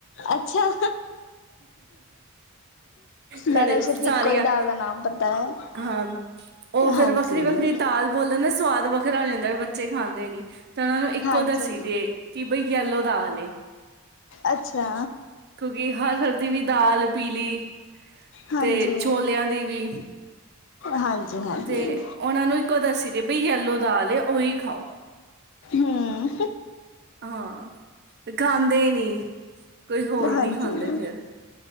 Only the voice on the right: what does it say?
ਸਾਡੇ
ਸਾਰੀਆਂ
ਹਾਂ ਉਹ ਫੇਿਰ
ਵੱਖਰੀ, ਵੱਖਰੀ ਦਾਲ ਬੋਲਦੇ ਨਾ ਸਵਾਦ ਵੱਖਰਾ ਹੋ ਜਾਂਦਾ ਬੱਚੇ ਖਾਂਦੇ ਨੀ ਤਾਂ ਉਹਨਾਂ ਨੂੰ ਇੱਕੋ
ਦੱਸੀ ਕਿ ਬਈ ਯਲੋ ਦਾਲ
ਕਿਉਂਕਿ ਹਰ, ਹਰ ਦੀ ਵੀ ਦਾਲ ਪੀਲੀ ਬਲੀ <unintelligible>
ਤੇ ਛੋਲਿਆਂ ਦੀ ਵੀ
ਤੇ ਉਹਨਾਂ ਨੂੰ ਇੱਕੋ ਦੱਸੀ ਦੇ ਬ ਯਲੋ ਦਾਲ ਓ ਓਈ ਖਾਓ
ਹਾਂ ਤੇ ਖਾਂਦੇ ਨੀ ਕੋਈ ਹੋਰ ਨਹੀਂੀ
ਖਾਂਦੇ ਫਿਰ